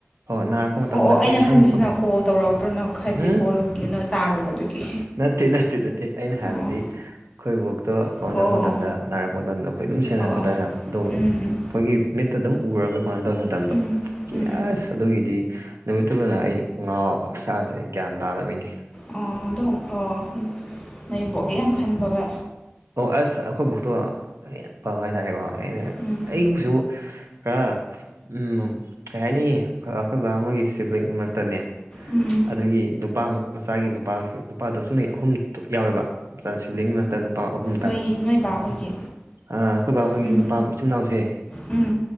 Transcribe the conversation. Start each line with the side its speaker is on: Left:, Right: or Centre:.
Right: ꯑꯣ ꯅꯥꯔꯛꯄ ꯃꯇꯝꯗ
Left: ꯑꯣ ꯑꯣ
Right: ꯑꯩꯈꯣꯏ
Left: ꯑꯩꯅ
Right: ꯁꯪꯕ
Left: ꯈꯟꯕꯁꯤꯅ
Right: ꯈꯣꯠꯄ
Left: ꯀꯣꯜ ꯇꯧꯔꯛꯄ꯭ꯔꯅꯣꯛ ꯍꯥꯏꯕꯗꯤ
Right: ꯎꯝ
Left: ꯀꯣꯜ ꯒꯤꯅꯣ ꯇꯥꯔꯨꯕꯗꯨꯒꯤ
Right: ꯅꯠꯇꯦ ꯅꯠꯇꯦ ꯅꯠꯇꯦ ꯑꯩꯅ ꯍꯥꯏꯕꯗꯤ
Left: ꯑꯣ
Right: ꯈꯣꯏ ꯕꯣꯛꯇꯣ ꯀꯣꯟ
Left: ꯑꯣ
Right: ꯗꯧꯛ
Left: ꯑꯣ
Right: ꯃꯇꯝꯗ ꯅꯥꯔꯛꯄ ꯃꯇꯝꯗ ꯑꯩꯈꯣꯏ ꯑꯗꯨꯝ ꯁꯦꯟꯅ
Left: ꯑꯣ
Right: ꯈꯣꯠꯇꯅ
Left: ꯑꯣ
Right: ꯑꯗꯣꯒ
Left: ꯎꯝ ꯎꯝ
Right: ꯑꯈꯣꯏꯒꯤ ꯃꯤꯠꯇ ꯑꯗꯨꯝ ꯎꯔꯒ ꯀꯣꯍꯟ ꯇꯧꯒꯤ ꯃꯇꯝꯗꯣ
Left: ꯎꯝ ꯎꯝ
Right: ꯀꯤ
Left: ꯎꯝ ꯎꯝ
Right: ꯑꯁ ꯑꯗꯨꯒꯤꯗꯤ ꯅꯨꯃꯤꯠꯇꯨꯃꯅ ꯑꯩ ꯉꯥꯎ ꯏꯁꯥꯁꯦ ꯒ꯭ꯌꯥꯟ ꯇꯥꯗꯕꯤꯅꯤ
Left: ꯑꯣ ꯑꯗꯨꯛ ꯑꯣ ꯅꯣꯏꯕꯣꯛꯒꯤ ꯌꯥꯝ ꯈꯟꯕꯒ
Right: ꯑꯣ ꯑꯁ ꯑꯈꯣꯏ ꯐꯣꯛꯇꯣ ꯌꯥꯝ ꯄꯕ ꯍꯥꯏꯇꯥꯥꯔꯦꯒꯣ ꯑꯩꯅ
Left: ꯎꯝ
Right: ꯑꯩꯕꯨꯁꯨ ꯈꯔ ꯎꯝ ꯀꯩ ꯍꯥꯏꯅꯤ ꯑꯩꯈꯣꯏ ꯕꯕꯥ ꯃꯣꯏꯒꯤ ꯁꯤꯕ꯭ꯂꯤꯡꯃꯛꯇꯅꯦ
Left: ꯎꯝ ꯎꯝ
Right: ꯑꯗꯨꯒꯤ ꯅꯨꯄꯥ ꯃꯆꯥꯒꯤ ꯅꯨꯄꯥ ꯅꯨꯄꯥꯗꯣ ꯁ ꯅ ꯑꯍꯨꯝ ꯊꯣꯛ ꯌꯥꯎꯋꯦꯕꯆꯥ ꯁꯨꯕ꯭ꯂꯤꯡꯒꯤ ꯃꯔꯛꯇ ꯂꯨꯄꯥ ꯑꯍꯨꯝꯇꯪ
Left: ꯅꯣꯏ ꯅꯣꯏ ꯕꯥꯈꯣꯏꯒꯤ
Right: ꯑꯩꯈꯣꯏꯕ ꯑꯩꯈꯣꯏꯒꯤ
Left: ꯎꯝ
Right: ꯅꯨꯄꯥ ꯃꯆꯨꯝꯅꯥꯎꯁꯦ
Left: ꯎꯝ